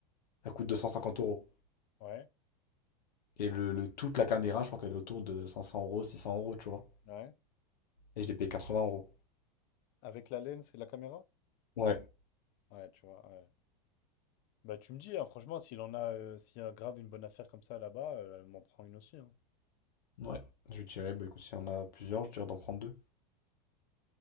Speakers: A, on the left; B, on the left.
A: elle coûte 250 euros.
B: Ouais,
A: Et le, le- toute la caméra, je crois qu'elle est autour de 500 euros, 600 euros, tu vois.
B: ouais.
A: Et je l'ai payé 80 euros.
B: Avec la laine, c'est la caméra?
A: Ouais.
B: Ouais, tu vois, ouais. Bah, tu me dis, hein, franchement, s'il en a, euh, s'il y a grave une bonne affaire comme ça là-bas, euh, elle m'en prend une aussi. hein.
A: Ouais. Je dirais, bah écoute, s'il y en a plusieurs, je dirais d'en prendre deux.